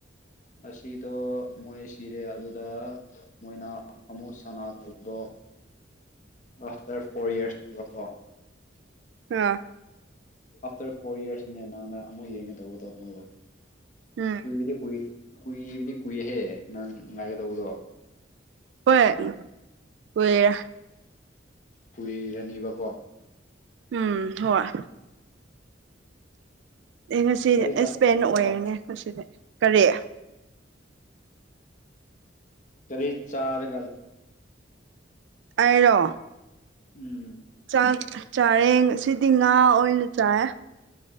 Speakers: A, on the left; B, on the right.
A: ꯑꯁꯤꯗꯣ ꯃꯣꯏ ꯁꯤꯔꯦ ꯑꯗꯨꯗ ꯃꯣꯏꯅ ꯑꯃꯨꯛ ꯁꯅꯥ ꯑꯗꯨꯗꯣ ꯑꯥ꯭ꯐꯇꯔ ꯐꯣꯔ ꯌꯔꯁꯇꯀꯣ
B: ꯑ
A: ꯑꯥ꯭ꯐꯇꯔ ꯐꯣꯔ ꯌꯔꯁꯅꯦ ꯅꯪꯅ ꯑꯃꯨꯛ ꯌꯦꯡꯒꯗꯧꯕꯗꯣ ꯃꯣꯏꯕꯨ
B: ꯎꯝ
A: ꯀꯨꯏꯕꯗꯤ ꯀꯨꯏ ꯀꯨꯏꯕꯗꯤ ꯀꯨꯏꯍꯦ ꯅꯪ ꯉꯥꯏꯒꯗꯧꯕꯗꯣ
B: ꯍꯣꯏ ꯀꯨꯏꯔꯦ
A: ꯀꯨꯏꯔꯅꯤꯕꯀꯣ
B: ꯎꯝ ꯍꯣꯏ ꯑꯩ ꯉꯁꯤ
A: ꯀꯔꯤ ꯆꯥꯔꯒ
B: ꯑꯦꯁꯄꯦꯟ
A: ꯂꯩꯕꯅꯣ
B: ꯑꯣꯏꯔꯦꯅꯦ ꯉꯁꯤꯗꯤ ꯀꯔꯤ
A: ꯀꯔꯤ ꯆꯔꯒ
B: ꯑꯩꯔꯣ
A: ꯎꯝ
B: ꯆꯥꯛ ꯆꯥꯔꯦ ꯉꯁꯤꯗꯤ ꯉꯥ ꯑꯣꯏꯅ ꯆꯥꯑꯦ